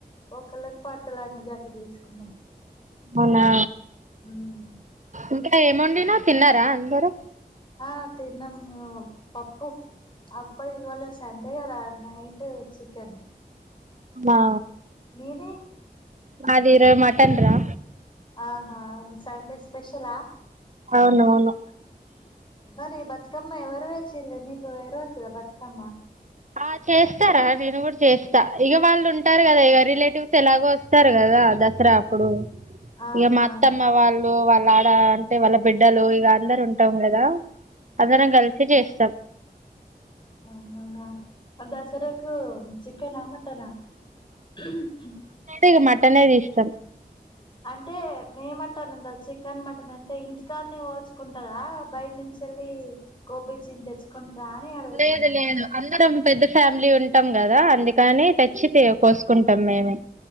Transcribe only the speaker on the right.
అవ్నా
ఇంకా ఏమొండినవ్ తిన్నరా అందరు
ఔనా
మాది రో మటన్ రా
ఔనవును
ఆ చేస్తారా నేను కూడా చేస్తా ఇగ వాళ్ళుంటారు కదా ఇక రిలేటివ్స్ ఎలాగో వస్తరు కదా ఆ దసరా అప్పుడు
ఇగ మా అత్తమ్మ వాళ్ళు వా లాడ అంటే వాళ్ళ బిడ్డలు ఇగ అందరు ఉంటం కదా అందరం కల్సే చేస్తాం
ఇగా మటనే తీస్తారు
లేదు లేదు అందరం పెద్ద ఫ్యామిలీ ఉంటం కదా అందుకని తెచ్చి తె కోస్కుంటమ్ మేమె